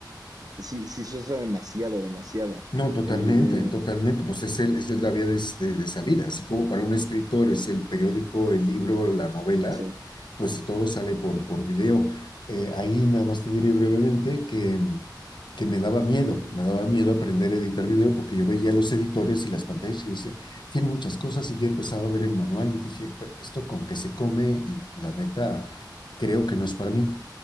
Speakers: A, on the right (about 55°); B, on the left (about 85°).
A: sí, sí se usa demasiado, demasiado.
B: No, totalmente,
A: Eh,
B: totalmente. Pues es, el, es la vía de, de- de salida. Así como para un escritor es el periódico, el libro, la novela,
A: sí,
B: pues todo sale por, por video. Eh, ahí nada más te diré brevemente que, mm, que me daba miedo, me daba miedo aprender a editar video porque yo veía los editores y las pantallas y decía, tiene muchas cosas y yo empezaba a ver el manual y dije, "Pues, esto con qué se come y la neta creo que no es para mí